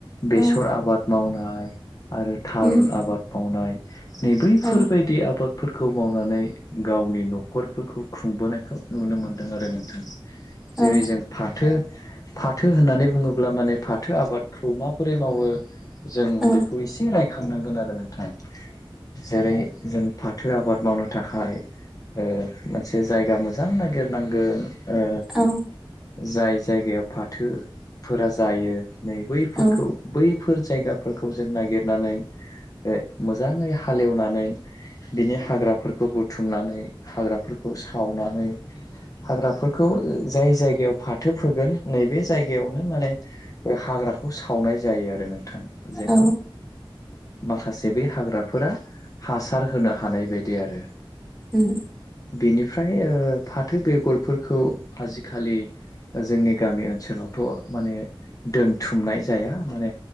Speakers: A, on the left (about 40°); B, in the centre.
A: बेसर
B: औ
A: आबाद मावनाय आरो थारुन
B: उम
A: आबाद मावनाय नै बैफोरबायदि
B: औ
A: आबादफोरखौ खौ मावनानै गावनि न'खरफोरखौ खुंबोनायखौ नुनो मोनदों आरो नोंथां जेरै
B: औ
A: जों फाथो फाथो होननानै बुङोब्ला माने फाथो आबादखौ माबोरै मावो जों
B: औ
A: बेखौ एसे रायखांनांगोन आरो नोंथां जेरै जों फाथो आबाद मावनो थाखाय ओ मोनसे जायगा मोजां नागिरनांगोन ओ
B: औ
A: जाय जायगायाव फाथोफोरा जायो नै बैफोरखौ
B: औ
A: बैफोर जायगाफोरखौ जों नागिरनानै ओ मोजाङै हालेवनानै बिनि हाग्राफोरखौ बुथुमनानै हाग्राफोर खौ सावनानै हाग्राफोरखौ जाय जायगायाव फाथो फोगोन नैबे जायगायावनो माने ओ हाग ग्राखौ सावनाय जायो आरो नोंथां जेन'
B: औ
A: माखासे बे हाग्राफोरा हासार होनो हानाय बायदि आरो
B: उम
A: बेनिफ्राय ओ फाथो बेगरफोरखौ आजिखालि ओ जोंनि गामि ओनसोलावथ' माने दोनथुमनाय जाया माने